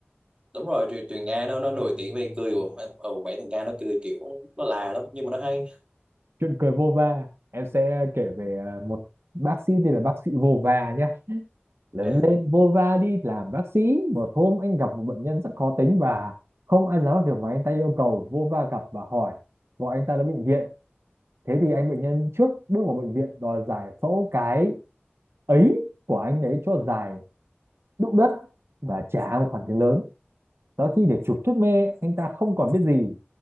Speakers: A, on the right; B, on the right.
A: đúng rồi truyền truyền Nga nó nó nổi tiếng về cười của ừ, mấy thằng Nga nó cười kiểu nó là lắm nhưng mà nó hay
B: Chuyện cười vô va. Em sẽ kể về à, một bác sĩ tên là bác sĩ vô va nhé. Lớn
A: Ờ.
B: lên vô va đi làm bác sĩ. Một hôm anh gặp một bệnh nhân rất khó tính và không ăn dám việc mà anh ta yêu cầu. Vô va gặp và hỏi gọi anh ta đến bệnh viện. Thế thì anh bệnh nhân trước bước vào bệnh viện đòi giải phẫu cái ấy của anh ấy cho dài đụng đất và trả một khoản tiền lớn Sau khi được chụp thuốc mê, anh ta không còn biết gì.